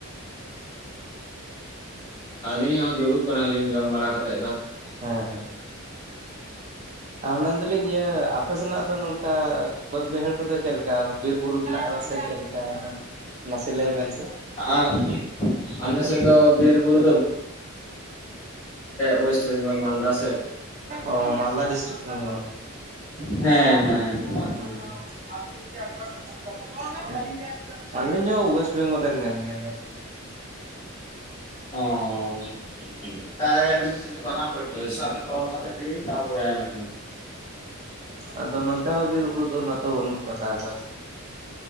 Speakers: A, on the left; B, on the right.
A: ᱟᱹᱞᱤᱧ ᱦᱚᱸ ᱫᱩᱲᱩᱵ ᱠᱟᱱᱟᱞᱤᱧ ᱡᱚᱢ ᱵᱟᱲᱟ ᱠᱟᱛᱮᱫ ᱫᱚ ᱾
B: ᱦᱮᱸ ᱦᱮᱸ ᱢᱮᱱᱫᱟᱞᱤᱧ ᱤᱭᱟᱹ ᱟᱯᱮ ᱥᱮᱱᱟᱜ ᱫᱚ ᱱᱚᱝᱠᱟ ᱵᱟᱹᱫᱽ ᱵᱟᱹᱭᱦᱟᱹᱲ ᱠᱚᱫᱚ ᱪᱮᱫ ᱞᱮᱠᱟ, ᱵᱤᱨ ᱵᱩᱨᱩ <inaudible> ᱢᱮᱱᱟᱜ ᱟᱠᱟᱫᱟ? ᱪᱮᱫ ᱞᱮᱠᱟᱜᱼᱟ? ᱱᱟᱥᱮ ᱞᱟᱹᱭ ᱵᱮᱱ ᱥᱮ ᱾
A: ᱟ <inaudible> ᱟᱞᱮ ᱥᱮᱫ ᱫᱚ ᱵᱤᱨ ᱵᱩᱨᱩᱼᱼ ᱳᱭᱮᱥᱴ ᱵᱮᱝᱜᱚᱞ ᱢᱟᱞᱫᱟ ᱥᱮᱫ
B: ᱚ <inaudible> ᱢᱟᱞᱫᱟ ᱰᱤᱥᱴᱤᱠᱴ ᱠᱷᱚᱱᱼᱺ
A: ᱦᱮᱸ ᱦᱮᱸ ᱚ
B: <unintelligible> <unintelligible> ᱟᱸᱞᱤᱧ ᱦᱚᱸ ᱣᱮᱥᱴ ᱵᱮᱱᱜᱚᱞ <unintelligible>
A: ᱚᱸ <unintelligible> <unintelligible>
B: ᱟᱫᱚ ᱱᱚᱛᱮ ᱦᱚᱸ ᱵᱤᱨ ᱵᱩᱨᱩ ᱫᱚ ᱱᱟᱜ ᱛᱚ ᱵᱟᱹᱱᱩᱜ ᱠᱟᱫᱟ ᱟᱫᱚᱼᱼ